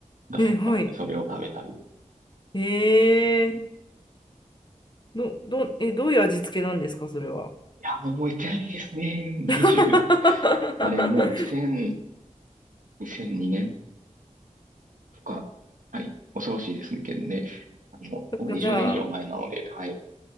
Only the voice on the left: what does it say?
え、はい。
えー、ど、ど、え、どういう味付けなんですか、それは。
<laughs>
そっか、
じゃあ、